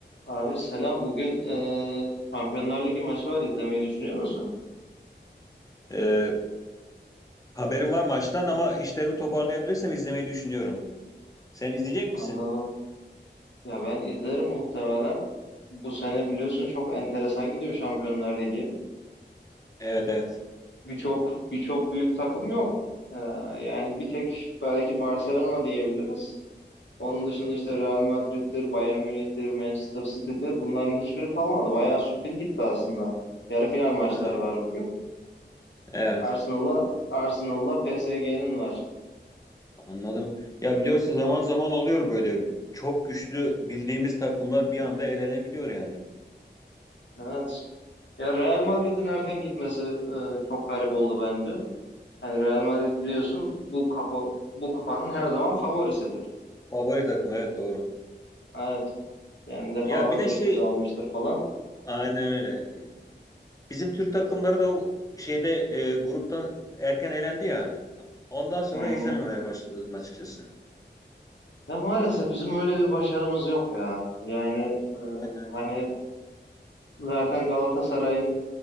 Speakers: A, on the left; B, on the left.
A: Abi selam. Bugün e, Şampiyonlar Ligi maçı var. İzlemeyi düşünüyor musun?
B: Ee, haberim var maçtan ama işlerimi toparlayabilirsem izlemeyi düşünüyorum. Sen izleyecek
A: Anladım.
B: misin?
A: Ya ben izlerim muhtemelen. Bu sene biliyorsun çok enteresan gidiyor Şampiyonlar Ligi.
B: Evet evet.
A: Birçok birçok büyük takım yok. E, yani bir tek belki Barcelona diyebiliriz. Onun dışında işte Real Madrid'dir, Bayern Münih'tir, Manchester City'dir. Bunların hiçbiri kalmadı. Bayağı sürpriz gitti aslında. Yarı final maçları
B: Aha,
A: var bugün.
B: evet
A: Arsenal'la Arsenal'la PSG'nin var.
B: anladım. Ya biliyorsun zaman zaman oluyor böyle. Çok güçlü bildiğimiz takımlar bir anda elenebiliyor yani.
A: Evet. Ya Real Madrid'in erken gitmesi e, çok garip oldu bence. Yani Real Madrid biliyorsun bu kapı bu kupanın her zaman favorisidir.
B: Favori takım evet doğru.
A: Evet. Yani defalarca
B: Ya bir de şey
A: kez almıştır falan.
B: aynen öyle. Bizim Türk takımları da o şeyde e, gruptan erken elendi ya. Ondan sonra
A: Hı hı.
B: izlememeye başladım açıkçası.
A: Ya maalesef bizim öyle bir başarımız yok ya. Yani e,
B: Aynen. öyle.
A: hani zaten Galatasaray'ın